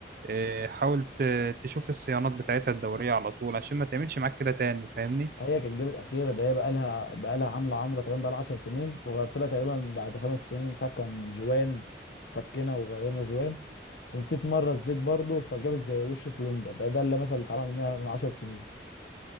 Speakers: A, on the right (about 50°); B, on the left (about 75°).
A: آه، حاول ت- تشوف الصيانات بتاعتها الدورية على طول عشان ما تعملش معاك كده تاني فاهمني
B: هي كانت جابت اخيره ده هي بقى لها بقى لها عامله عمره تقريبا بقى لها 10 سنين وغيرت لها تقريبا بعد خمس سنين مش عارف كان جوان فكنا وغيرنا جوان ونسيت مره الزيت برضو فجابت زي وش سلندر ده ده اللي مثلا اللي اتعمل منها من 10 سنين